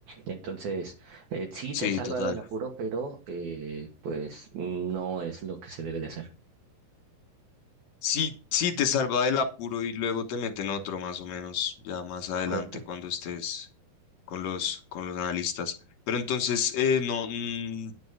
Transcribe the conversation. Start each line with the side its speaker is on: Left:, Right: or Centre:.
Right: Entonces, eh, sí,
Left: Sí,
Right: te salva
Left: total.
Right: del apuro, pero eh, pues no es lo que se debe de hacer.
Left: Sí, sí, te salva del apuro y luego te meten otro más o menos, ya más adelante
Right: Correcto.
Left: cuando estés con los, con los analistas. Pero entonces, eh, no, mm,